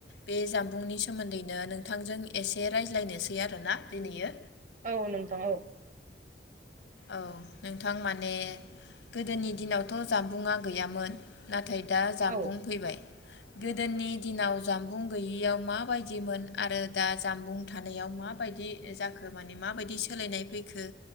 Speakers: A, on the left; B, on the right.
A: बे जामबुंनि सोमोन्दैनो नोंथांजों एसे रायज्लायनोसै आरोना दिनैयो।
B: औ नोंथां औ
A: औ नोंथां माने गोदोनि दिनावथ' जामबुंआ गैयामोन नाथाय दा जामबुं
B: औ
A: फैबाय गोदोनि दिनाव जामबुं गैयियाव माबायदिमोन आरो दा जामबुं थानायाव माबायदि जाखो माने माबायदि सोलायनाय फैखो?